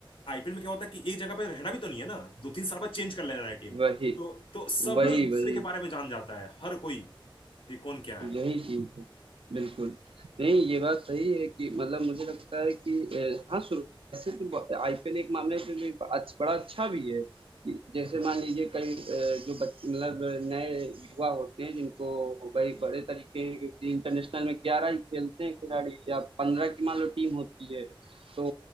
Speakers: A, on the left; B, on the right.
A: आईपीएल में क्या होता है कि एक जगह पे रहना भी तो नहीं है ना दो तीन साल बाद चेंज कर लेना है टीम
B: वही
A: तो तो सब
B: वही
A: लोग एक दूसरे
B: वही
A: के बारे में जान जाता है हर कोई ये कौन क्या है
B: यही चीज है बिल्कुल नहीं ये बात सही है कि मतलब मुझे लगता है कि अ, हाँ शुरू ऐसे तो आईपीएल एक मामला है जो भी अच्छ, बड़ा अच्छा भी है कि जैसे मान लीजिए कई अ, जो बच्चे मतलब नए युवा होते हैं जिनको भाई बड़े तरीके हैं क्योंकि इंटरनेशनल में ग्यारह ही खेलते हैं खिलाड़ी या पंद्रह की मान लो टीम होती है तो